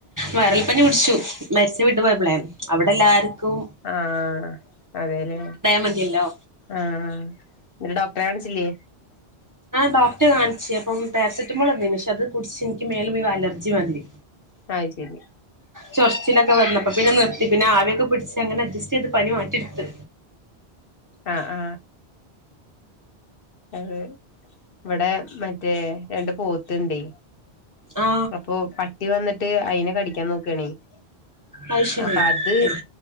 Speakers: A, on the right; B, on the left.
A: വൈറൽപ്പനി പിടിച്ചു മരിച്ച വീട്ടു പോയ്പളെ അവിടെ എല്ലാവർക്കും
B: ആഹ അതേലേ
A: മതിയല്ലോ
B: ആഹ ന്നിട്ട് ഡോക്ടറെ കാണിച്ചില്ലേ
A: ഡോക്ർ കാണിച്ച് അപ്പം പാരസെറ്റമോൾ തന്നയെനി അത് കുടിച്ച് എനിക്ക് മേലുമേൽ അലർജി വന്നി
B: അത് ശരി
A: ചൊറച്ചിലൊക്കെ വന്നപ്പോ പിന്നെ നിർത്തി പിന്നെ ആവിയൊക്കെ പിടിച്ച് അങ്ങനെ അഡ്ജസ്റ്റ് ചെയ്ത് പനി മാറ്റിെടുത്ത്
B: ആആ അത് ഇവിടെ മറ്റേ രണ്ട് പോത്തുണ്ടേ
A: ആ
B: അപ്പൊ പട്ടി വന്നിട്ട് അയിനെ കടിക്കാൻ നോക്കുകാണെ
A: അത് ശരി
B: അപ്പൊ അത്